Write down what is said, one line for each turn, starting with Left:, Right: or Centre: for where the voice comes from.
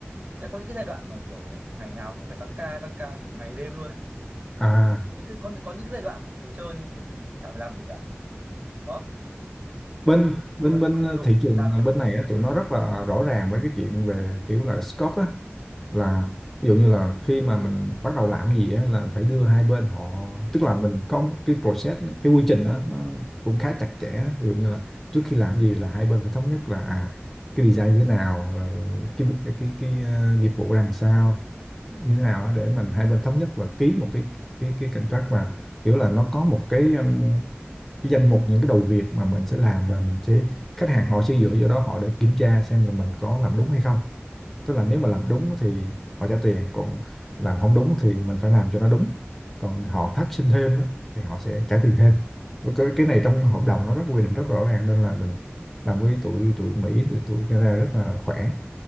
Right: sẽ có những cái giai đoạn mà kiểu ngày nào cũng phải tăng ca tăng ca kiểu ngày đêm luôn ấy
Centre: à
Right: những cái có có những cái giai đoạn lại ngồi chơi chả phải làm gì cả đó
Centre: bên
Right: thì
Centre: bên bên
Right: không đủ
Centre: thị trường
Right: ra thôi
Centre: bên này á tụi nó rất là rõ ràng với cái chuyện về kiểu là scope á là ví dụ như là khi mà mình bắt đầu làm gì á, là phải đưa hai bên họ tức là mình có cái process cái quy trình đó, nó cũng khá chặt chẽ ví dụ như là trước khi làm gì là hai bên phải thống nhất là à cái design như thế nào rồi cái cái cái, ờ, nghiệp vụ ra làm sao như thế nào để mình hai bên thống nhất và ký một cái cái cái contract và kiểu là nó có một cái, um, cái danh mục những cái đầu việc mà mình sẽ làm và mình sẽ khách hàng họ sẽ dựa vào đó họ để kiểm tra xem là mình có làm đúng hay không tức là nếu mà làm đúng thì họ trả tiền còn làm không đúng thì mình phải làm cho nó đúng còn họ phát sinh thêm á, thì họ sẽ trả tiền thêm cái cái này trong hợp đồng nó rất quy định rất rõ ràng nên là mình làm với tụi tụi Mỹ thì tụi Canada rất là khỏe